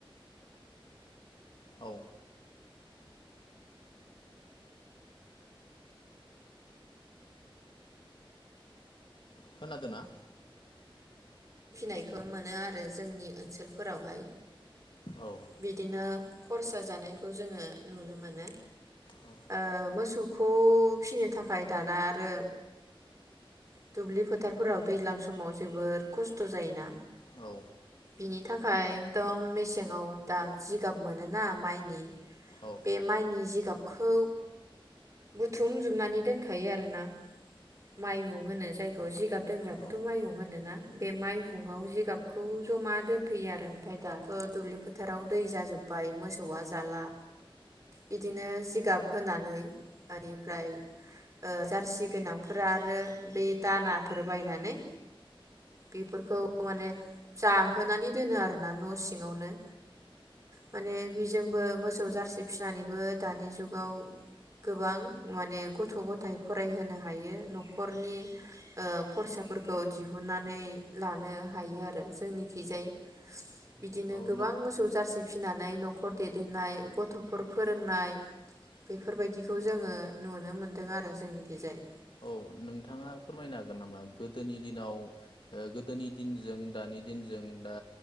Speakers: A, on the left (about 60°); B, on the right (about 35°).
A: औ खोनादोंना?
B: फिनायखौ मोनो आरो जोंनि ओनसोलफोरावहाय
A: औ
B: बिदिनो खरसा जानायखौ जोङो नुनो मोनो
A: औ
B: ओ मोसौखौ फिनो थाखाय दाना आरो दुब्लि फोथारफोराव दैज्लां समाव जोबोर खस्थ' थ' जायोना
A: औ
B: बिनि थाखाय एकदम मेसेङाव दा जिगाब मोनोना माइनि
A: औ
B: बे माइनि जिगाब खौ बुथुम जोबनानै दोनखायो आरोना माइहुं होनो जायखौ जिगाब दोनग्राखौथ'
A: औ
B: माइहुं होनो ना बे माइहुङाव जिगाबखौ जमा दोनफैयो आरो ओमफाय दाथ' दुब्लि फोथाराव दै जाजोबबाय मोसौ सौआ जाला बिदिनो जिगाब होनानै इनिफ्राय ओ जार्सि गोनांफोरा आरो बे दानाफोर बायनानै बेफोरखौ माने जाहोनानै दोनो आरोना न' सिङावनो माने बिजोंबो मोसौ जारसि फिनानैबो दानि जुगाव गोबां माने गथ' गथाय फरायहोनो हायो न'खरनि ओ खरसाफोरखौ दिहुननानै लानो हायो आरो जोंनिखिजाय बिदिनो
A: औ
B: गोबां
A: नों
B: मोसौ जारसि फिनानै न'खर दैदेननाय गथ'फोर फोरोंनाय बेफोरबायदिखौ जोङो नुनो मोन्दों आरो जोंनिखैजाय
A: औ नोंथाङा फोरमायनो हागोन नामा गोदोनि दिनाव ओ गोदोनि दिनजों दानि दिनजों दा